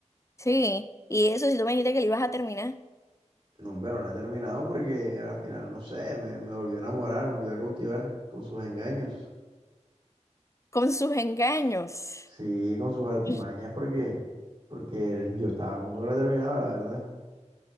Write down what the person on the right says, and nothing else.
No, hombre, no la he terminado porque al final, no sé, me, me volvió a enamorar, me volvió a cautivar con sus engaños.
Sí, con sus artimañas,
porque, porque yo estaba a punto que la terminaba, la verdad.